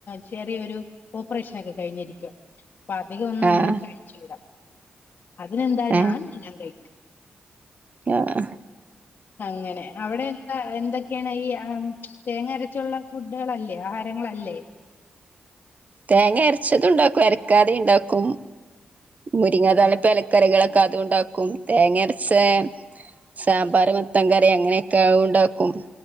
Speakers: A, on the left; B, on the right.
A: ചെറിയൊരു ഓപ്പറേഷന ഒക്കെ കഴിഞ്ഞിരിക്കും അപ്പൊ അധികം ഒന്നും
B: ആഹ്
A: അങ്ങനെ കഴിച്ചുടാ. അതിനെന്താ
B: ആഹ്
A: ഞാനല്ലാം കഴിക്കും.
B: ആഹ്
A: അങ്ങനെ അവിടെ എന്താ എന്തൊക്കെയാണ് ഈ- ആ തേങ്ങ അരച്ചുള്ള ഫുഡുകളല്ലേ ആഹാരങ്ങളല്ലേ?
B: തേങ്ങ അരച്ചതുും ഉണ്ടാക്കും അരക്കാതെ ണ്ടാക്കും. മുരിങ്ങ താലപ്പലക്കറികളൊക്കെ
A: ആഹ്
B: അതുകൊണ്ടാക്കും തേങ്ങരച്ച- സാമ്പാർ മത്തൻ കറി അങ്ങനെയൊക്കെ ണ്ടാക്കും.